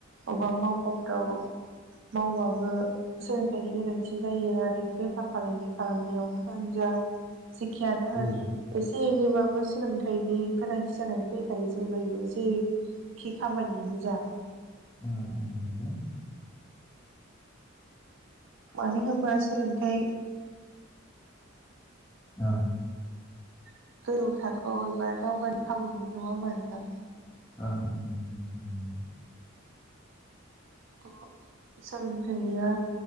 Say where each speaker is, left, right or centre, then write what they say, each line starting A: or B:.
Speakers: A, on the right (about 65°); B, on the left (about 15°).
A: अबा मावख'फ्राव मावबाबो सोलोंथाइनि गोनांथि जायो आरो बेफार फालांगि खालामनायावनो होन जा जिखियानो होन
B: उम
A: एसे एनैबाबो सोलोंथाइनि गोनांथि जानानै फैखायो जेब्लायबो जेरै खि खामानियानो जा
B: औ औ नंगौ
A: मानो होनबा सोलोंथाइ
B: औ
A: <unintelligible> थाखो अबेबा दावगानो खाबु मोनो नङाप होनबा नोंथां
B: औ <unintelligible>
A: अ जागोनदे नोंनिया